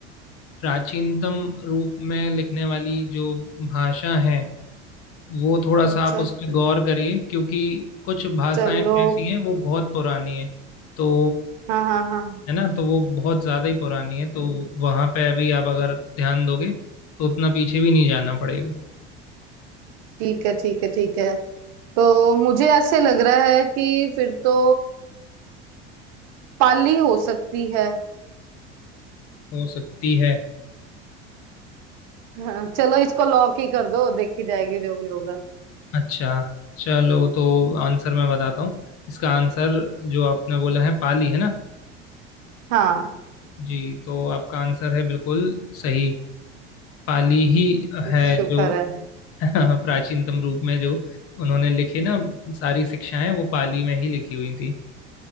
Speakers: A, on the left; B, on the right.
A: प्राचीनतम रूप में लिखने वाली जो भाषा है वो थोड़ा
B: अच्छा
A: सा आप उस पर गौर करिए क्योंकि कुछ भाषाएं
B: चलो
A: तो ऐसी हैं वो बहुत पुरानी हैं तो
B: हाँ हाँ हाँ
A: है ना तो वो बहुत ज़्यादा ही पुरानी है तो वहाँ पे अभी आप अगर ध्यान दोगे तो उतना पीछे भी नहीं जाना पड़ेगा
B: ठीक है ठीक है ठीक है तो मुझे ऐसे लग रहा है कि फिर तो पाली हो सकती है
A: हो सकती है
B: हाँ, चलो इसको लॉक ही कर दो देखी जाएगी जो भी होगा
A: अच्छा चलो तो आंसर मैं बताता हूँ इसका आंसर जो आपने बोला है पाली है ना
B: हाँ
A: जी तो आपका आंसर है बिल्कुल सही पाली ही है
B: शुक्र
A: जो
B: है
A: <laughs> प्राचीनतम रूप में जो उन्होंने लिखे ना सारी शिक्षाएं वो पाली में ही लिखी हुई थी